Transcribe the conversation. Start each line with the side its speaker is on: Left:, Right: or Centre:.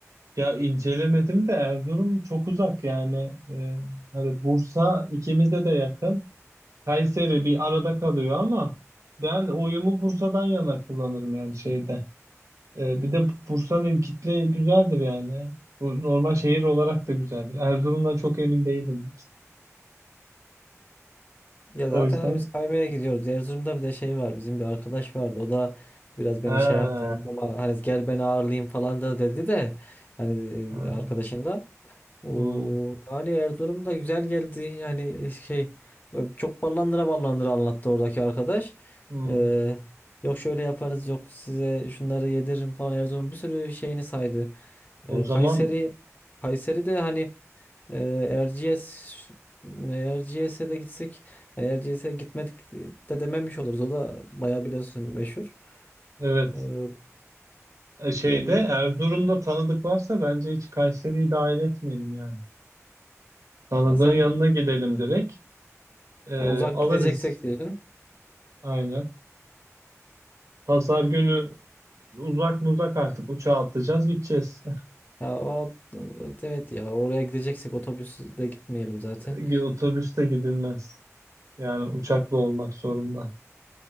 Right: Ya incelemedim de Erzurum çok uzak yani. Ee, hani Bursa ikimize de yakın. Kayseri bir arada kalıyor ama ben oyumu Bursa'dan yana kullanırım yani şeyde. Ee, bir de Bursa'nın kitle güzeldir yani. Bu normal şehir olarak da güzeldir. Erzurum'dan çok emin değilim.
Left: Ya
Right: O
Left: zaten
Right: yüzden.
Left: hani biz kaymaya gidiyoruz. Erzurum'da bir de şey var. Bizim bir arkadaş vardı. O da biraz beni
Right: Ha.
Left: şey yaptı. ama hani gel beni ağırlayayım falan da dedi de hani
Right: he.
Left: e, arkadaşın da. O
Right: Hmm,
Left: yani Erzurum da güzel geldi. Yani e, şey e, çok ballandıra ballandıra anlattı oradaki arkadaş.
Right: hmm.
Left: Ee, yok şöyle yaparız yok size şunları yediririm falan Erzurum'un bir sürü şeyini saydı.
Right: O
Left: Ee,
Right: zaman
Left: Kayseri Kayseri de hani e, Erciyes e, Erciyes'e de gitsek yani Erciyes'e gitmedik de dememiş oluruz. O da bayağı biliyorsun meşhur.
Right: evet.
Left: Ee,
Right: E, Şeyde
Left: yani
Right: Erzurum'da tanıdık varsa bence hiç Kayseri'yi dahil etmeyelim yani. Tanıdığın
Left: ha sen
Right: yanına gidelim direkt. Ee,
Left: ha uzak
Right: alırız.
Left: gideceksek diyorsun.
Right: Aynen. Pazar günü uzak mı uzak artık uçağa atlayacağız gideceğiz.
Left: Ya o, evet evet ya oraya gideceksek otobüsle gitmeyelim zaten.
Right: <laughs> Otobüste gidilmez. Yani uçakla olmak zorunda.